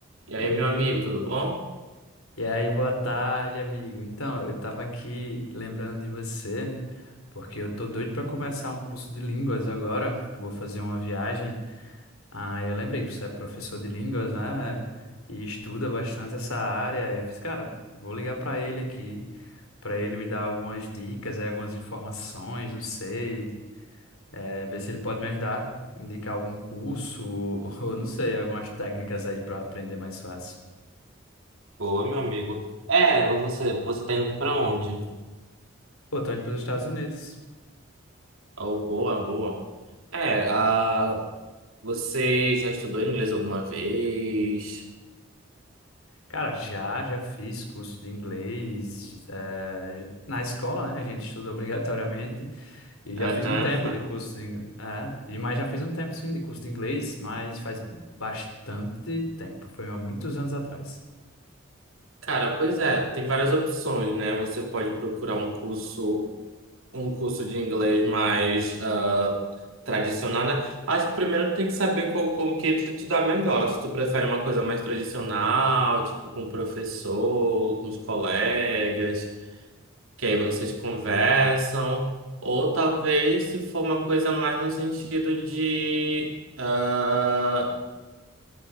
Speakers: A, on the right; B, on the left.
A: E
B: E
A: aí,
B: aí,
A: meu amigo,
B: meu...
A: tudo bom?
B: E aí, boa tarde, amigo. Então, eu tava aqui lembrando de você, porque eu tô doido para começar um curso de línguas agora, que eu vou fazer uma viagem. Ah, eu lembrei que você é professor de línguas, né? E estuda bastante essa área. Eu fiz, cara, vou ligar para ele aqui, para ele me dar algumas dicas, aí, algumas informações, não sei, é, ver se ele pode me ajudar, indicar algum curso ou, <laughs> ou não sei, algumas técnicas aí para aprender mais fácil.
A: Boa, meu amigo. É, você, você tá indo pra onde?
B: Pô, tô indo para os Estados Unidos.
A: Oh, boa, boa. É, ah, você já estudou inglês alguma vez?
B: Cara, já, já fiz curso de inglês, eh, na escola, né? A gente estuda <laughs> obrigatoriamente e já
A: Aham.
B: fiz um tempo de curso de, ing- é, e mas já fiz um tempo sim de curso de inglês, mas faz bastante tempo, foi há muitos anos atrás.
A: <laughs> Cara, pois é, tem várias opções, né? Você pode procurar um curso, um curso de inglês mais ah, tradicional, né? Acho que primeiro tem que saber qual, com que tu te dá melhor. Se tu prefere uma coisa mais tradicional, tipo com o professor, com os colegas. que aí vocês conversam, ou talvez se for uma coisa mais no sentido de ah,